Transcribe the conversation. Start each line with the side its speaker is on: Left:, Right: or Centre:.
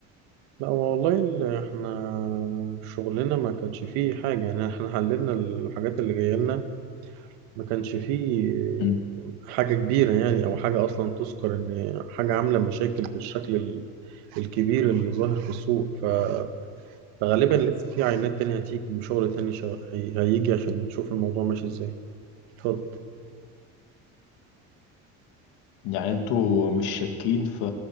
Right: لا والله ال- احنا شغلنا ما كانش فيه حاجة يعني احنا حللنا الحاجات اللي جاية لنا ما كانش فيه
Left: مم.
Right: حاجة كبيرة يعني أو حاجة أصلا تذكر إن حاجة عاملة مشاكل بالشكل ال- الكبير اللي ظاهر في السوق ف- فغالبا
Left: اوكي
Right: لسه في عينات تانية هتيجي وشغل تاني شا- هي- هيجي عشان نشوف الموضوع ماشي إزاي اتفضل
Left: يعني انتوا مش شاكين في